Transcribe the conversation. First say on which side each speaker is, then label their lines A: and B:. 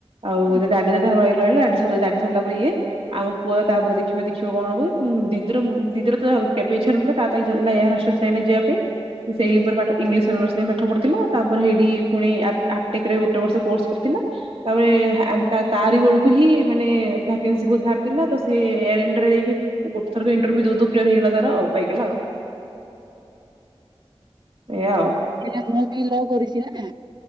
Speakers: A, on the right (about 65°); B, on the right (about 45°).
A: ଆଉ
B: ହୁଁ
A: ତା ଡାଡ଼ି ଆଇଲୁ ଆଇଲୁ ଡାଡି ସରଲା ପରେ ଇଏ। ଆମ ପୁଅ ତ ତାପରେ ଦେଖିବେ ଦେଖିବ କଣ ହବ ଦିଦିର ଦିଦିର ତ କେବେ ଇଚ୍ଛା ନଥିଲା ତା ତ ଇଛା ଏହାର ହଷ୍ଟ୍ରରେ ସାଇନ ଯିବା ପାଇଁ ସେ ସେଇ
B: ହୁଁ
A: ଉପରେ ପା ଇଂଲିଶ ଅନରସ୍ ନେଇ ପାଠ ପଢ଼ିଥିଲା ତାପରେ ହେଇଠି ପୁଣି ଆ ଆକ୍ତିକ୍ ରେ ଗୋଟେ ବର୍ଷ କୋରସ କରିଥିଲା। ତାପରେ
B: ହୁଁ
A: ତା ତାରି ବେଳକୁ ହିଁ ମାନେ ଭ୍ୟାକେନ୍ସି ବହୁତ ବାହାରିଥିଲା ତ ସେ ଏୟଇଣ୍ଡି ଯାଇକି ଗୋଟେ ଥର ଏଣ୍ଟର୍ଭ୍ୟୁ ଦଉ ଦଉୁ କ୍ଲିୟର ହେଇଲା ତାର ଆଉ ପାଇଗଲା ଆଉ। ଏଇଆ ଆଉ।
B: ଏଇଆ ମୁଁ ବି ଲ କରିଛି ନା।